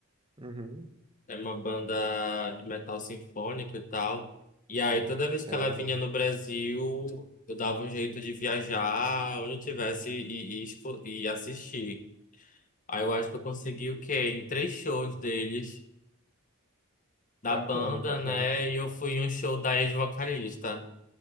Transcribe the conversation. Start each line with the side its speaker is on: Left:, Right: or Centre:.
Right: Uhum,
Left: é uma banda de metal sinfônico e tal. E aí toda vez que
Right: é
Left: ela
Right: legal.
Left: vinha no Brasil, eu dava um jeito de viajar onde eu tivesse e, e, esco- e assistir. Aí eu acho que eu consegui o quê? Em três shows deles. da
Right: Bacana,
Left: banda,
Right: bacana.
Left: né? E eu fui em um show da ex-vocalista,